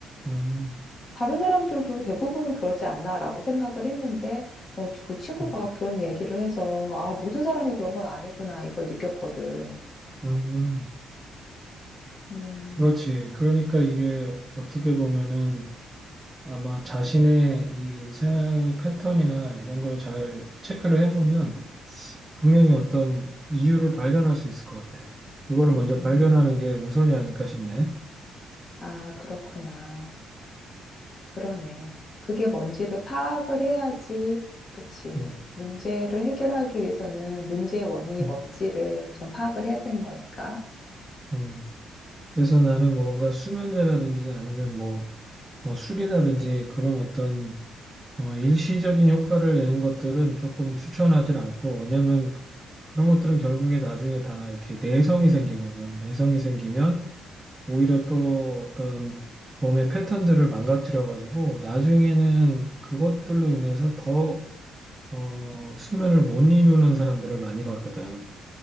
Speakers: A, on the right (about 15°); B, on the left (about 35°).
A: 음,
B: 다른 사람들도 대부분은 그러지 않나라고 생각을 했는데 어, 그 친구가
A: 음,
B: 그런 얘기를 해서 아, 모든 사람이 그런 건 아니구나 이걸 느꼈거든.
A: 음. 음.
B: 음,
A: 그렇지. 그러니까 이게 어떻게 보면은 아마 자신의 이 생활 패턴이나 이런 걸 잘 체크를 해보면 분명히 어떤 이유를 발견할 수 있을 것 같아. 이거를 먼저
B: 음,
A: 발견하는 게 우선이 아닐까 싶네.
B: 아, 그렇구나. 그러네. 그게 뭔지를 파악을 해야지, 그치.
A: 음.
B: 문제를 해결하기 위해서는 문제의 원인이
A: 어,
B: 뭔지를 우선 파악을 해야 되는 거니까.
A: 어. 그래서 나는 뭔가 수면제라든지 아니면 뭐 어, 술이라든지 그런 어떤 어, 일시적인 효과를 내는 것들은 조금 추천하지 않고 왜냐면 그런 것들은 결국에 나중에 다 이렇게 내성이 생기거든. 내성이 생기면 오히려 또 어떤 몸의 패턴들을 망가뜨려 가지고 나중에는 그것들로 인해서 더 어, 수면을 못 이루는 사람들을 많이 봤거든.